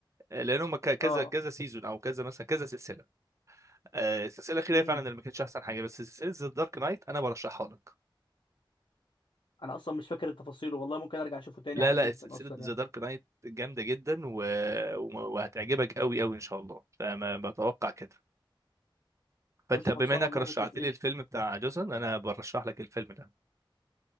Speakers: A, on the right; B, on the left.
A: لان هم ك- كذا
B: اه
A: كذا سيزون او كذا مثلا كذا سلسله آه، السلسله الاخيره
B: امم
A: فعلا اللي ما كانتش احسن حاجه بس سلسله ذا دارك نايت انا برشحها لك
B: انا اصلا مش فاكر التفاصيل والله ممكن ارجع اشوفه تاني
A: لا
B: عادي
A: لا
B: جدا
A: سلسله
B: اصلا
A: ذا
B: يعني
A: دارك نايت جامده جدا و... و- وهتعجبك قوي قوي ان شاء الله فما بتوقع كده فانت
B: يا باشا
A: بما
B: خلصانه
A: انك
B: والله
A: رشحت
B: متفقين
A: لي الفيلم بتاع جوسن انا برشح لك الفيلم ده